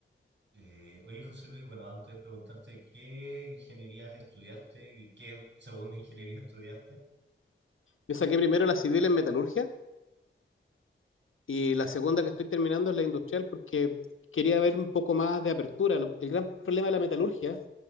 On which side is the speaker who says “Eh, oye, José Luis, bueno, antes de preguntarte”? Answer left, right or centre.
Right